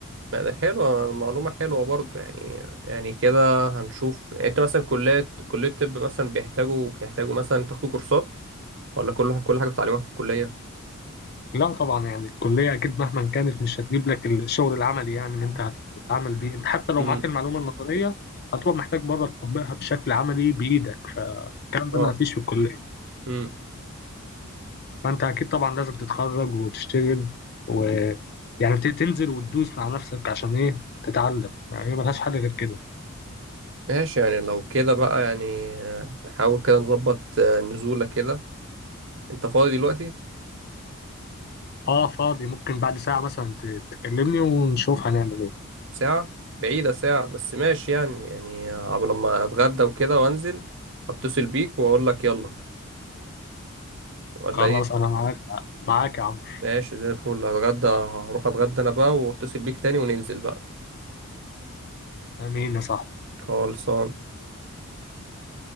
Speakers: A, on the right; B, on the left.
A: لا ده حلوة معلومة حلوة برضو يعني يعني كده هنشوف يعني انت مثلا كلية كلية طب مثلا بيحتاجوا بتحتاجوا مثلا تاخدوا كورسات ولا كل كل حاجة بتتعلموها في الكلية
B: لا طبعا يعني الكليه اكيد مهما كانت مش هتجيب لك الشغل العملي يعني اللي انت هتتعامل بيه انت حتى لو
A: امم
B: معاك المعلومه النظريه هتبقى محتاج بره تطبقها بشكل عملي بايدك فالكلام ده
A: اه
B: ما فيش في الكليه
A: امم
B: فانت اكيد طبعا لازم تتخرج وتشتغل و يعني ت- تنزل وتدوس مع نفسك عشان ايه تتعلم يعني هي ملهاش حل غير كده
A: ماشي يعني لو كده بقى يعني آه، نحاول كده نظبط آه، نزولة كده انت فاضي دلوقتي
B: اه فاضي ممكن بعد ساعة مثلا ت- تكلمني ونشوف هنعمل ايه
A: ساعة بعيدة ساعة بس ماشي يعني يعني عبر لما اتغدى وكده وانزل اتصل بيك واقول لك يلا ولا
B: خلاص
A: ايه
B: انا معاك معاك يا عمرو
A: ماشي زي الفل هتغدى هروح اتغدى انا بقى واتصل بيك تاني وننزل بقى
B: امين يا صاحبي
A: خلصان